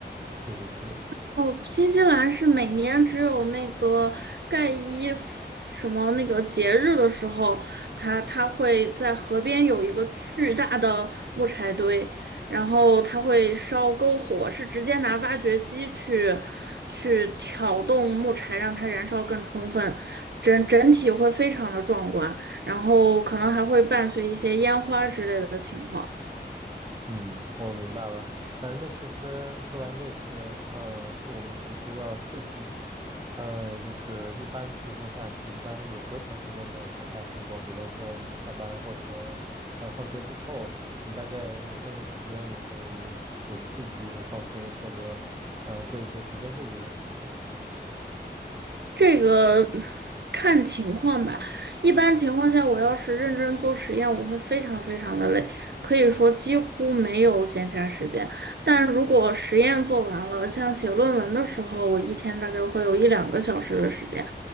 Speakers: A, on the right (about 25°); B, on the right (about 70°).
A: 进行使用。
B: 哦，新西兰是每年只有那个盖伊夫什么那个节日的时候，它它会在河边有一个巨大的木柴堆，然后它会烧篝火，是直接拿挖掘机去去挑动木柴，让它燃烧更充分，整整体会非常的壮观，然后可能还会伴随一些烟花之类的情况。
A: 嗯，我明白了。嗯，那其实说完这些，呃，就我们回归到自己，呃，就是一般情况下，你一般有多长时间的闲暇时光？比方说你下班或者呃放学之后，你大概有多长时间你可以就是自己放松或者呃做一些提升自己的事情？
B: 这个看情况吧。一般情况下，我要是认真做实验，我会非常非常的累，可以说几乎没有闲暇时间。但如果实验做完了，像写论文的时候，我一天大概会有一两个小时的时间。